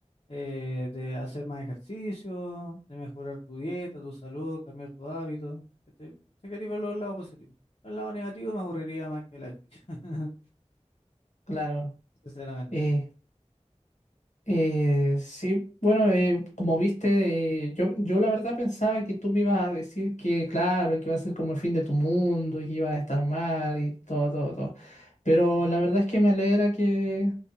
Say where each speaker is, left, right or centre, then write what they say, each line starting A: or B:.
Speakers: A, on the left; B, on the left.
A: eh, de hacer más ejercicio, de mejorar tu dieta, tu salud, cambiar tu hábito, ¿cachai? Si querés ver los lados positivos. El lado negativo me aburriría más que la chucha, <laughs>
B: Claro.
A: sinceramente.
B: Eh, Eh, sí, bueno, eh, como viste, eh, yo, yo la verdad pensaba que tú me ibas a decir que, claro, que iba a ser como el fin de tu mundo y que ibas a estar mal y todo, todo, todo. Pero la verdad es que me alegra que